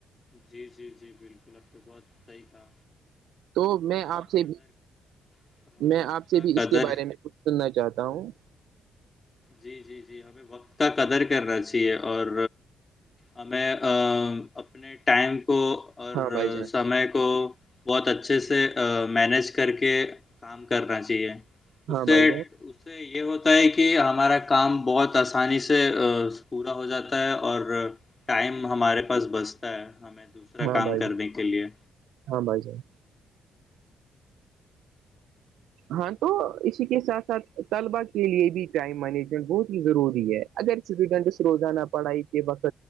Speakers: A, on the left; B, on the right.
A: جی جی جی بالکل اب تو بہت صحیح تھا
B: تو میں آپ سے بھی
A: ہاں،
B: میں
A: وقت
B: آپ سے
A: کا
B: بھی اس
A: قدر
B: کے بارے میں کچھ سننا چاہتا ہوں
A: جی جی جی ہمیں وقت کا قدر کرنا چاہیے اور ہمیں اپنے ٹائم کو اور
B: ہاں بھائی جان
A: سمے کو بہت اچھے سے مینج کر کے کام کرنا چاہیے اس
B: ہاں
A: سے
B: بھائی جان
A: اس سے یہ ہوتا ہے کہ ہم ہمارا کام بہت آسانی سے پورا ہو جاتا ہے اور ٹائم ہمارے پاس بچتا ہے ہمیں دوسرا
B: ہاں
A: کام
B: بھائی
A: کرنے
B: جان
A: کے لیے
B: ہاں بھائی جان ہاں تو اسی کے ساتھ ساتھ طلبا کے لیے بھی ٹائم مینجمنٹ بہت ہی ضروری ہے اگر سٹوڈنٹس روزانہ پڑھائی کے وقت